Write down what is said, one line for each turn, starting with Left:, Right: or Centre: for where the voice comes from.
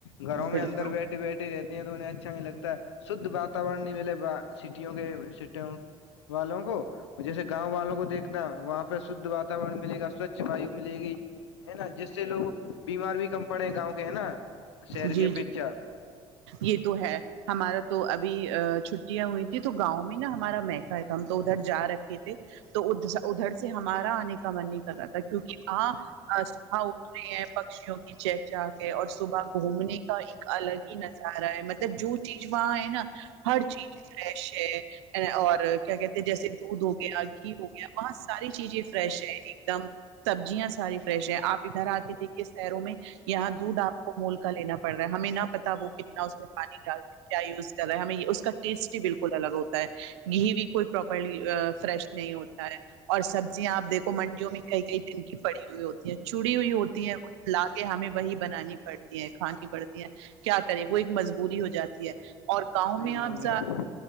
Left: گھروں میں
Right: بالکل
Left: اندر بیٹھی بیٹھی رہتی ہیں تو انہیں اچھا نہیں لگتا شھ واتورن نہیں ملے سٹیوں کے سٹیوں والوں کو جیے گاؤں والوں کو دھنا وہاں پہ شدھ واورن ملے گ سوچھ وایو ملے گی ہے نا جس سے لوگ بیمار بھی کم پڑے ہیں گاؤں کے ہے نا شر
Right: جی
Left: کے
Right: جی
Left: پچا
Right: یہ تو ہے ہمارا تو ابھی چھٹیاں ہوئی تھیں تو گاؤں میں نا ہمارا مہکا ہے تو ہم تو ادھر جا رکھے تھے تو ادھر ادھر سے ہمارا آنے کا من نہیں کر رہا تھا کیونکہ آ وہاں اٹ رہے ہیں پکشیوں کی چہ چا کے ہے اور صبح گھومنے کا ایک الگ ہی نظر آ رہا ہے مطلب جو چیز وہاں ہے نا ہر چیز فریش ہے اور کیا کہتے ہیں جیسے دودھ ہو گیا گھی ہو گیا وہاں ساری چیزیں فریش ہے ایک دم سبزیاں ساری فریش ہے آپ ادھر آ کے دیکھ کے شہروں میں یہاں دودھ آپ کو مول کا لینا پڑ رہا ہے ہمیں نہ پتا وہ کتنا اس میں پانی ڈالتے ہیں کیا یوز کر رہا ہے ہمیں اس کا ٹیسٹ ہی بالکل الگ ہوتا ہے گھی بھی کوئی پراپرلی فریش نہیں ہوتا ہے اور سبزیاں آپیکھو منڈیوں میں کئی کئی دن کی پڑی ہوئی ہوتی ہیں چوڑی ہوئی ہوتی ہیں لا کے ہمیں وہی بنانی پڑتی ہے کھانی پڑتی ہے کیا کریں وہ ایک مجبوری ہو جاتی ہے اور گاؤں
Left: صحیح
Right: میں
Left: بول
Right: آپ
Left: رہے ہو